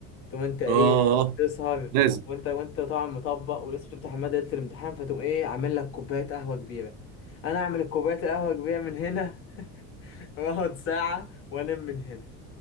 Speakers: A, on the left (about 40°); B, on the right (about 65°).
A: طب انت ايه
B: اه آه،
A: تسهر
B: لازم
A: وانت وانت طبعا مطبق ولسه بتفتح الماده ليله الامتحان فتقوم ايه عامل لك كوبايه قهوه كبيره انا اعمل كوبايه القهوه كبيره من هنا <laughs> واقعد ساعه وانام من هنا